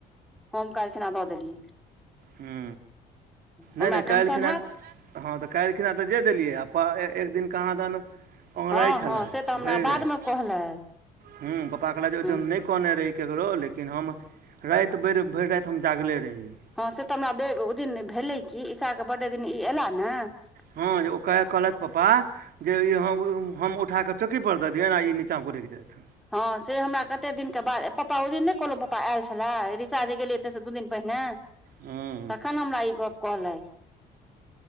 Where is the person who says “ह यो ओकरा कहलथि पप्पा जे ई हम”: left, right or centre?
Right